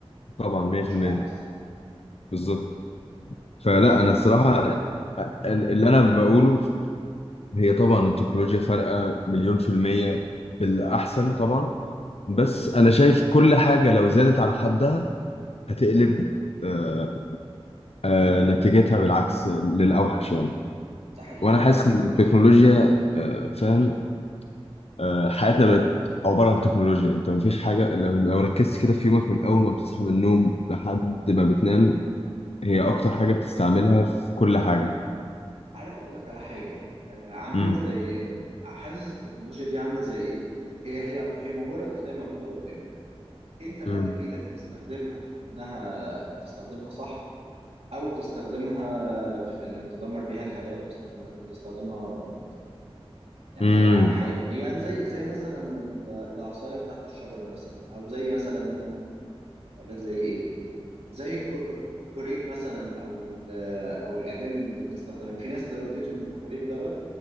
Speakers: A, on the left; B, on the right.
A: طبعا 100%
B: مش العكس
A: بالظبط فلا
B: ده
A: أنا الصراحة ال- اللي أنا بقوله هي طبعا التكنولوجيا فارقة مليون في المية بالأحسن طبعا بس أنا شايف كل حاجة لو زادت عن حدها هتقلب آه، آه، نتيجتها بالعكس للأوحش يعني
B: ده حقيقي
A: وانا حاسس ان التكنولوجيا آه، فاهم آه، حياتنا بقت عباره عن تكنولوجيا انت ما فيش حاجه لو, لو ركزت كده في يومك من اول ما بتصحى من النوم لحد ما بتنام هي اكتر حاجه بتستعملها في كل حاجه
B: عارف اقول لك على حاجة آه، عامل
A: امم
B: زي حاسس التكنولوجيا دي عاملة زي ايه هي هي هي مجرد أداة موجودة قدامك انت بقى
A: امم
B: اللي بايدك تستخدمها في انها تستخدمها صح او تستخدمها في انك تدمر بيها الحياة وتستخدمها وتستخدمها غلط يعني
A: امم
B: حي... يعني زي زي مثلا ال- العصاية بتاعت الشجرة مثلا او زي مثلا اقول لك زي ايه زي الك- الكوريك مثلا او ال- او الأداة اللي بتستخدمها في ناس لو اديته الكوريك دوت